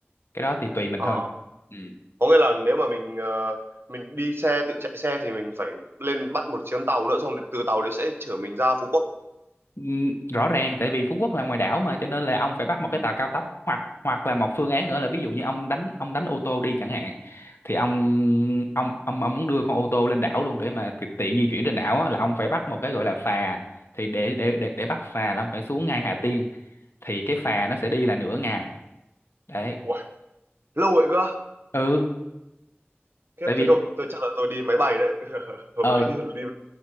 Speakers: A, on the left (about 75°); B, on the right (about 65°).
A: cái đó thì tùy mình
B: Ờ.
A: thôi Ừ.
B: Có nghĩa là nếu mà mình ờ, mình đi xe tự chạy xe thì mình phải lên bắt một chuyến tàu nữa xong từ tàu đấy sẽ chở mình ra Phú Quốc.
A: Ừ, rõ ràng tại vì Phú Quốc là ngoài đảo mà cho nên là ông phải bắt một cái
B: Ừ.
A: tàu cao tốc hoặc hoặc là một phương án nữa là ví dụ như ông đánh ông đánh ô tô đi chẳng hạn thì ông ông ông ông muốn đưa con ô tô lên đảo luôn để mà ti- tiện di chuyển trên đảo á, là ông phải bắt một cái gọi là phà thì để để để để bắt phà là ông phải xuống ngay Hà Tiên thì cái phà nó sẽ đi là nửa ngày đấy
B: Wow, lâu vậy cơ.
A: ừ
B: Khiếp
A: tại vì
B: thế thôi, tôi chắc là tôi đi máy bay đấy. <laughs> Hợp
A: ờ
B: lý, hợp lý.